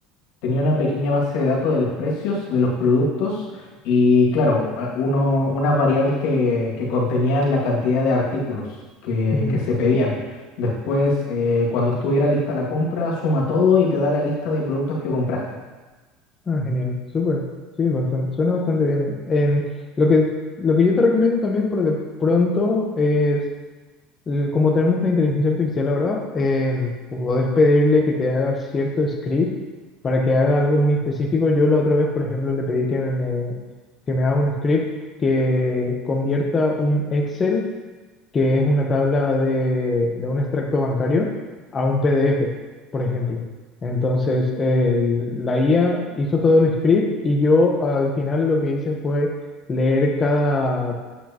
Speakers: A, on the left (about 75°); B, on the left (about 25°).
A: tenía una pequeña base de datos de los precios de los productos y, claro, a- uno, unas variables que, que contenían la cantidad de artículos que,
B: Ujú.
A: que se pedían. Después, eh, cuando estuviera lista la compra, suma todo y te da la lista de productos que compraste.
B: Ah, genial, súper. Sí, bastante, suena bastante bien. Em, lo que, lo que yo te recomiendo también por de pronto es eh, como tenemos la inteligencia artificial ahora, eh, puedes pedirle que te haga cierto script para que haga algo muy específico. Yo la otra vez, por ejemplo, le pedí que me, que me haga un script que convierta un Excel, que es una tabla de, de un extracto bancario, a un PDF, por ejemplo. Entonces, el- la IA hizo todo el script y yo al final lo que hice fue leer cada